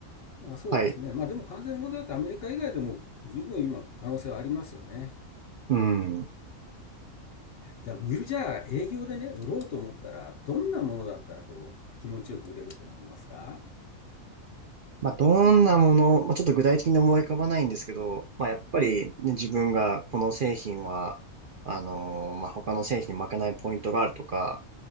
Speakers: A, on the left; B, on the right.
A: まあ、そうですね。
B: はい。
A: まあでも完全な問題だってアメリカ以外でも十分今可能性はありますよね。
B: うん。
A: じゃあ、売る、じゃあ、営業でね、売ろうと思ったら、どんなものだったら、こう、気持ちよく売れると思いますか
B: まあ、どんなもの、まあ、ちょっと具体的に思い浮かばないんですけど、まあ、やっぱり、ね、自分がこの製品は、あのーまあ、他の製品に負けないポイントがあるとか、